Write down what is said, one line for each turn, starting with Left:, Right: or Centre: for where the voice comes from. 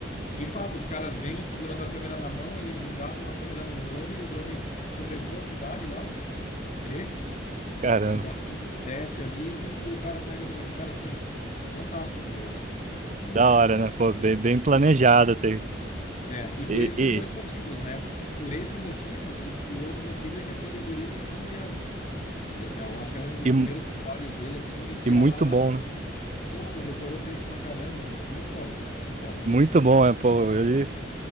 Left: E de fato, os caras vêm segurando a câmera na mão, eles engatam a câmera num drone, e o drone vo- sobrevoa a cidade lá, um um trecho,
Right: caramba,
Left: e daí desce ali e, e o cara pega de novo. Cara, assim, fantástico o negócio, né?
Right: da hora, né? Pô, bem, bem
Left: O-
Right: planejado. Tem.
Left: É, e
Right: E,
Left: por esses
Right: e,
Left: dois motivos, né? Por esse motivo, e, e o outro motivo é que aquele guri tem 15 anos. Ele- Eu acho que era um dos
Right: e,
Left: primeiros trabalhos dele, assim, e o Piá,
Right: e muito bom, né?
Left: porra, decorou o texto pra caramba, muito foda, cara, muito foda.
Right: Muito bom, é, pô, ele